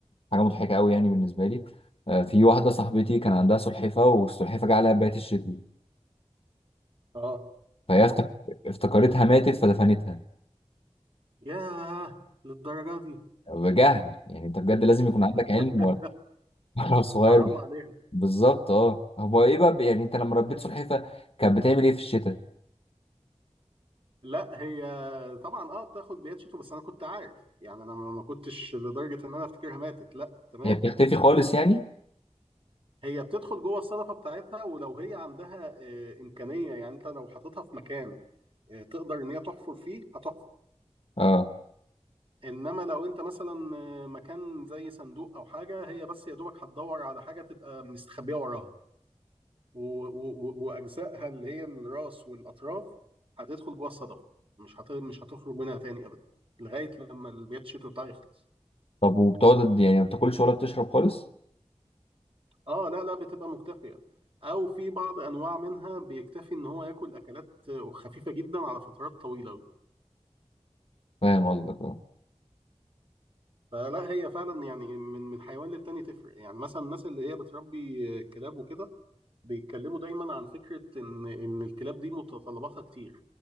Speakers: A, on the left; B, on the right.
A: حاجه مضحكه قوي يعني بالنسبه لي آه، في واحده صاحبتي كان عندها سلحفه والسلحفه جه عليها بيات الشتوي
B: اه
A: فهي افتك- افتكرتها ماتت فدفنتها
B: ياه للدرجه دي
A: بجهل يعني انت بجد لازم يكون عندك
B: <laughs>
A: علم ولا <laughs> ولا صغير
B: حرام عليها
A: بالظبط اه هو ايه بقى يعني انت لما ربيت سلحفه كانت بتعمل ايه في الشتاء
B: لا هي طبعا اه بتاخد بياتشيتو بس انا كنت عارف يعني انا ما ما كنتش لدرجه ان انا افتكرها ماتت لا تمام
A: هي بتختفي خالص يعني
B: هي بتدخل جوه الصدفه بتاعتها ولو هي عندها آه، امكانيه يعني انت لو حاططها في مكان آه، تقدر ان هي تحفر فيه هتحفر
A: اه
B: انما لو انت مثلا آه، مكان زي صندوق او حاجه هي بس يا دوبك هتدور على حاجه تبقى مستخبيه وراها و- و- و- واجزائها اللي هي الراس والاطراف هتدخل جوه الصدفه مش هت... مش هتخرج منها تاني ابدا لغايه لما البيت الشتوي بتاعه يخلص
A: طب وبتقعد يعني ما بتاكلش ولا بتشرب خالص
B: اه لا لا بتبقى مكتفيه او في بعض انواع منها بيكتفي ان هو ياكل اكلات خفيفه جدا على فترات طويله قوي
A: فاهم قصدك اه
B: فلا هي فعلا يعني من من حيوان للتاني تفرق يعني مثلا الناس اللي هي بتربي كلاب وكده بيتكلموا دايما عن فكره ان ان الكلاب دي متطلباتها كتير